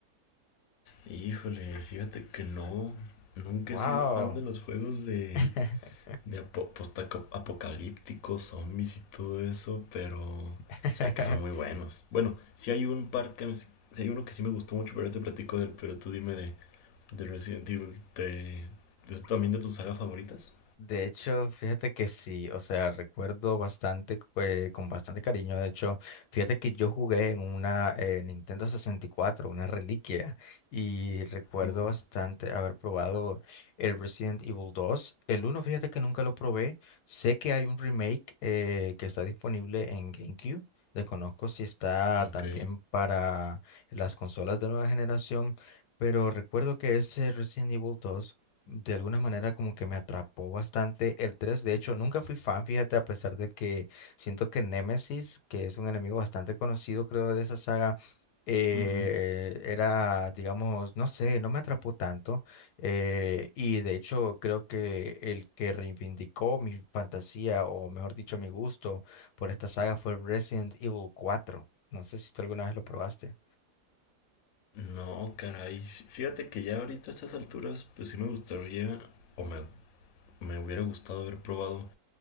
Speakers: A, on the left (about 65°); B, on the left (about 85°).
A: Híjole, fíjate que no. Nunca
B: Wow.
A: he sido fan de los juegos de,
B: <laughs>
A: de apo- postaco- apocalípticos, zombies y todo eso, pero
B: <laughs>
A: sé que son muy buenos. Bueno, si hay un par que me- sí hay uno que sí me gustó mucho, pero ahorita te platico del, pero tú dime de, de Resident Evil, ¿de es también de tus sagas favoritas?
B: De hecho, fíjate que sí, o sea, recuerdo bastante, eh, con bastante cariño, de hecho, fíjate que yo jugué en una eh, Nintendo sesenta y cuatro, una reliquia, y recuerdo
A: Oh,
B: bastante haber probado el Resident Evil dos. El uno, fíjate que nunca lo probé, sé que hay un remake eh, que está disponible en GameCube, desconozco si está
A: ok.
B: también para las consolas de nueva generación, pero recuerdo que ese Resident Evil dos de alguna manera como que me atrapó bastante el tres De hecho, nunca fui fan, fíjate, a pesar de que siento que Nemesis, que es un enemigo bastante conocido, creo, de esa saga, eh,
A: Ujú.
B: era, digamos, no sé, no me atrapó tanto. eh, y de hecho, creo que el que reivindicó mi fantasía, o mejor dicho, mi gusto por esta saga fue Resident Evil cuatro No sé si tú alguna vez lo probaste.
A: No, caray. sí, Fíjate que ya ahorita a estas alturas, pues sí me gustaría, o me, me hubiera gustado haber probado